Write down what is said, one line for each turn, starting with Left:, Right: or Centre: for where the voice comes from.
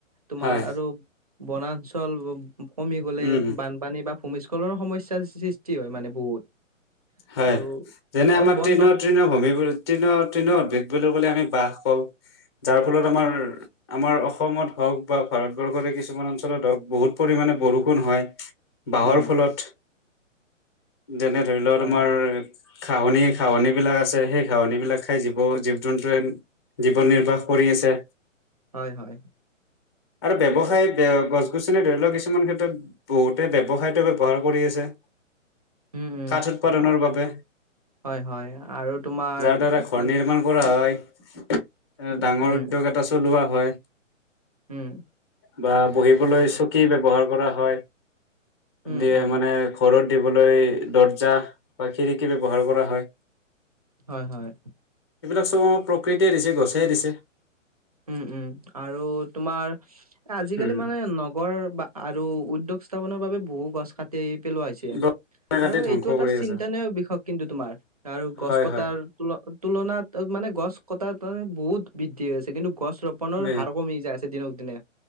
Right: তোমাৰ
Left: হয়
Right: আৰু বনাঞ্চল উব কমি গ'লে
Left: উম
Right: বান পানী বা ভূমিস্খলনৰ সমস্যা সৃ-সৃষ্টি হয় মানে বহুত।
Left: হয়।
Right: আৰু
Left: যেনে
Right: আৰু
Left: আমাৰ
Right: বন্ধ
Left: ট্ৰেইনত তৃণ ভূমিবোৰ, তৃণ-তৃণ উদ্ভিদ বুলি ক'লে, আমি বাঁহ কওঁ, যাৰ ফলত আমাৰ আমাৰ অসমত হওঁক বা ভাৰতবৰ্ষৰে কিছুমান অঞ্চলত হওঁক, বহুত পৰিমাণে বৰষুণ হয়। বাঁহৰ
Right: উম
Left: ফলত, যেনে ধৰিলোৱা,
Right: হয়
Left: তোমাৰ
Right: হয়
Left: ঘাঁহনি-ঘাঁহনিবিলাক আছে, সেই ঘাঁহনিবিলাক খায় জীৱ-জীৱ-জন্তুৱে জীৱন নিৰ্বাহ কৰি আছে।
Right: হয়, হয়।
Left: আৰু ব্যৱসায় বে, অহ, গছ-গছনি ধৰিলোৱা কিছুমান ক্ষেত্ৰত বহুতে ব্যৱসায়টো ব্যৱহাৰ কৰি আছে।
Right: উম উম
Left: কাঠ উৎপাদনৰ বাবে।
Right: হয় হয় আৰু তোমাৰ
Left: যাৰ দ্বাৰা ঘৰ
Right: মানে
Left: নিৰ্মাণ কৰা হয়। এ
Right: উম
Left: ডাঙৰ
Right: উম
Left: উদ্যোগ এটা চলোৱা হয়।
Right: উম।
Left: বা বহিবলৈ চকী ব্যৱহাৰ কৰা হয়,
Right: উম
Left: দিয়ে
Right: উম
Left: মানে ঘৰত দিবলৈ দৰ্জা বা খিৰিকী ব্যৱহাৰ কৰা হয়।
Right: হয়, হয়।
Left: এইবিলাক চব আমাৰ প্ৰকৃতিয়ে দিছে, গছেই দিছে।
Right: উম', উম' আৰু তোমাৰ এ আজিকালি
Left: উম
Right: মানে নগৰ বা আৰু উদ্যোগ স্থাপনৰ বাবে বহু গছ কাটি পেলোৱা হৈছে।
Left: গছ কাটি
Right: আৰু
Left: ধ্বংস
Right: এইটো এটা
Left: কৰি
Right: চিন্তানীয়
Left: আছে
Right: বিষয় কিন্তু তোমাৰ আৰু গছ
Left: হয়
Right: কটাৰ
Left: হয়
Right: তুল-তুলনাত মানে গছ কটাত মানে বহুত বৃদ্ধি হৈ আছে কিন্তু, গছ ৰোপণৰ
Left: এ
Right: হাৰ কমি যায় আছে দিনক দিনে।